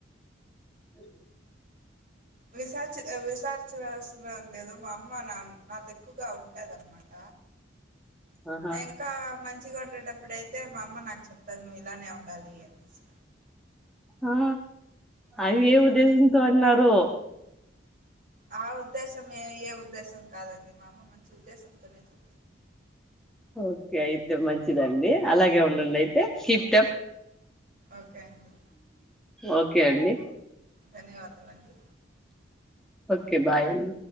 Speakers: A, in the centre; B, on the right (about 45°).
A: అ
B: విసార్చి విసార్చినవసరం లేదు మా అమ్మ నా నాతో ఎక్కువగా ఉంటదన్నమాట
A: ఆహా.
B: ఇంకా మంచిగ ఉండేటప్పుడుయితే మా అమ్మ నాకు చెప్తాది నువ్ ఇట్లానే ఉండాలి అనిసి
A: ఆ
B: అవునండి
A: అవి ఏ ఉద్దేశంతో అన్నారు
B: ఆ ఉద్దేశం ఏ యే ఉద్దేశం కాదండి మా అమ్మ మంచి ఉద్దేశంతోనే చె
A: ఓకే అయితే మంచిదండి అలాగే ఉండండి అయితే కీప్డప్
B: ఓకే అండి
A: ఓకే అండి
B: ధన్యవాదాలండి
A: ఓకే బాయ్ అమ్మ